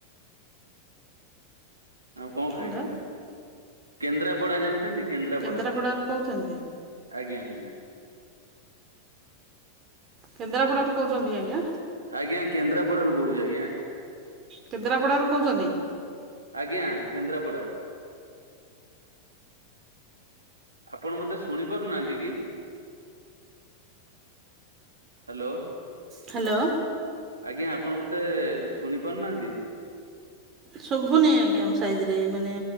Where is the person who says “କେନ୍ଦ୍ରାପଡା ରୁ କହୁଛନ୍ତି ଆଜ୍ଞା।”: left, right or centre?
Right